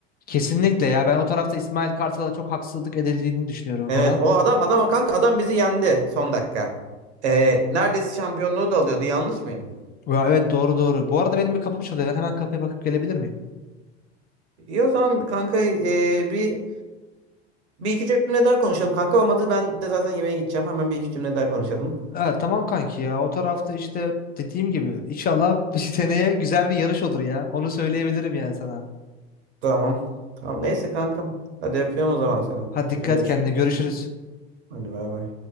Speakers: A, on the left; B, on the right.
A: Kesinlikle ya. Ben o tarafta İsmail Kartal'a çok haksızlık edildiğini düşünüyorum
B: Evet
A: falan.
B: o adam adama kanka adam bizi yendi son dakika. Ee, neredeyse şampiyonluğu da alıyordu yanlış mıyım?
A: Ya evet doğru doğru. Bu arada benim bir kapım çalıyor. Ben hemen kapıya bakıp gelebilir miyim?
B: İyi o zaman kanka ee, bir bir iki cümle daha konuşalım kanka olmadı ben de zaten yemeğe gideceğim hemen bir iki cümle daha konuşalım.
A: Evet tamam kanki ya. O tarafta işte dediğim gibi inşallah <laughs> seneye güzel bir yarış olur ya. Onu söyleyebilirim yani sana.
B: Tamam. Tamam
A: O...
B: neyse kankam. Hadi yapıyorum o zaman seni.
A: Hadi dikkat
B: Hadi görüşürüz.
A: kendine. Görüşürüz.
B: Hadi bay bay.